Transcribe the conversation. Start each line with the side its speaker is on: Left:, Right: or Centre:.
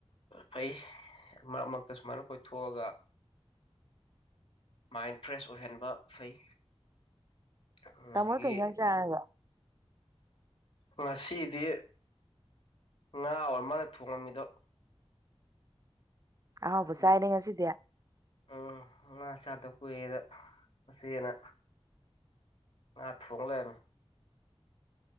Left: ꯐꯩ ꯃꯔꯛ ꯃꯔꯛꯇ ꯁꯨꯃꯥꯏꯅ ꯀꯣꯏꯊꯣꯛꯑꯒ ꯃꯥꯏꯟ ꯐ꯭ꯔꯦꯁ ꯑꯣꯏꯍꯟꯕ ꯐꯩ ꯑꯗꯒꯤ
Right: ꯇꯃ ꯀꯩ ꯆꯥꯔꯒ
Left: ꯉꯁꯤꯗꯤ ꯉꯥ ꯑꯣꯔ ꯃꯥꯗ ꯊꯣꯡꯉꯝꯃꯤꯗꯣ
Right: ꯑ ꯍꯕ
Left: ꯑꯁꯤ
Right: ꯆꯥꯏꯅꯦꯉꯁꯤꯗꯌꯥ
Left: ꯎꯝ ꯉꯥ ꯆꯥꯗꯕ ꯀꯨꯏꯦꯗ ꯑꯁꯤꯦꯅ ꯑ ꯊꯣꯛꯂ